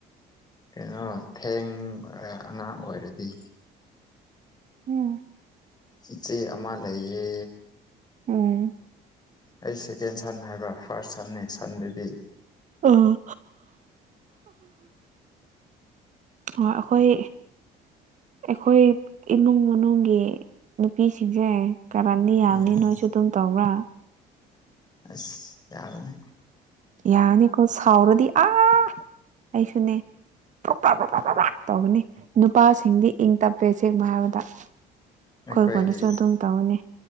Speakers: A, on the left (about 25°); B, on the right (about 45°).
A: ꯀꯩꯅꯣ ꯊꯦꯡꯉꯒ ꯑꯉꯥꯡ ꯑꯣꯏꯔꯗꯤ
B: ꯑꯝ
A: ꯆꯦ ꯆꯦ ꯑꯃ ꯂꯩꯌꯦ
B: ꯎꯝ
A: ꯑꯩ ꯁꯦꯀꯦꯟ ꯁꯟ ꯍꯥꯏꯕ ꯐꯥꯔꯁ ꯁꯟꯅꯦ ꯁꯟꯗꯗꯤ
B: ꯑꯥ ꯑꯩꯈꯣꯏ ꯑꯩꯈꯣꯏ ꯏꯃꯨꯡ ꯃꯅꯨꯡꯒꯤ ꯅꯨꯄꯤꯁꯤꯡꯁꯦ ꯀꯥꯔꯟꯗꯤ ꯌꯥꯕꯅꯤ
A: ꯎꯝ
B: ꯅꯣꯏꯁꯨ ꯑꯗꯨꯝ ꯇꯧꯕ꯭ꯔꯥ
A: ꯑꯁ ꯌꯥꯕꯅꯦ
B: ꯌꯥꯅꯤꯀꯣ ꯁꯥꯎꯔꯗꯤ ꯑꯥ ꯑꯩꯁꯨꯅꯦ <unintelligible> ꯇꯧꯕꯅꯤ ꯅꯨꯄꯥꯁꯤꯡꯗꯤ ꯏꯪ ꯇꯞꯄꯦ ꯑꯁꯦꯡꯕ ꯍꯥꯏꯔꯕꯗ ꯑꯩꯈꯣꯏ
A: ꯑꯩꯈꯣꯏꯒꯤ
B: ꯈꯣꯟꯗꯁꯨ ꯑꯗꯨꯝ ꯇꯧꯕꯅꯦ